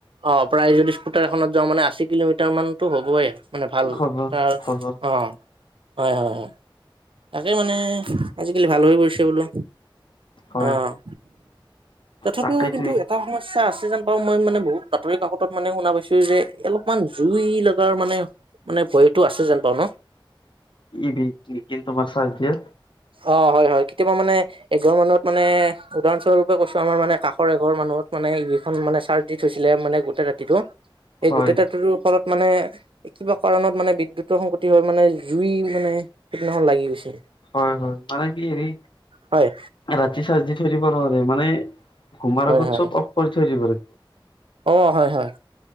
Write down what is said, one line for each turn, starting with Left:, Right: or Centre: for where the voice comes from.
Right: অ' প্ৰায় যদি স্কুটাৰ এখনত যাওঁ মানে আশী কিলোমিটাৰমানতো হ'বই। মানে ভাল
Left: খবৰ
Right: তাৰ অ'
Left: খবৰ
Right: হয়, হয়, হয়। তাকে মানে আজিকালি ভাল হৈ পৰিছে বোলোঁ।
Left: হয়
Right: অ' তথাপিও
Left: তাকেইতো
Right: কিন্তু এটা সমস্যা আছে যেন পাওঁ, মই মানে বহুত বাতৰি কাকতত মানে শুনা পাইছোঁ যে অলপমান জুই লগাৰ মানে মানে ভয়তটো আছে যেন পাওঁ ন?
Left: ই ভিক লি ইমফ্ৰৰমাৰ চাঠ দিয়ে।
Right: অ'হয়, হয় কেতিয়াবা মানে এঘৰ মানত মানে উদাহৰস্বৰূপ কৈছোঁ আমাৰা মানে কাষ এঘৰ মানুহত মানে ইখন মানে চাৰ্জ দি থৈছিলে মে গোটেই ৰাতিটো এই
Left: হয়
Right: গোটেইটাতৰো ফলত মানে কিবা কাৰণত মানে বিদ্যুতৰ সংকটি হয় মানে জুই মানে সিদিনাখন লাগি গৈছে।
Left: হয়, হয় মানে কি হেৰি
Right: হয়
Left: ৰাতি চাৰ্জ দি থয় দিম। ক'ব নোৱাৰে মানে ঘুমাৰ
Right: হয়
Left: আগত
Right: হয়
Left: চ'ব অফকৰি থৈয় দিব লাগে।
Right: অ হয় হয়।